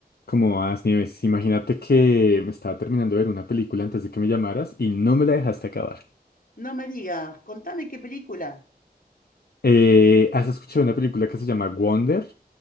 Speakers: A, on the left (about 75°); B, on the left (about 55°).
A: Como vas, Nieves? Imagínate que me estaba terminando de ver una película antes de que me llamaras y no me la dejaste acabar.
B: No me digas, contame qué película.
A: Eh, ¿has escuchado una película que se llama Wonder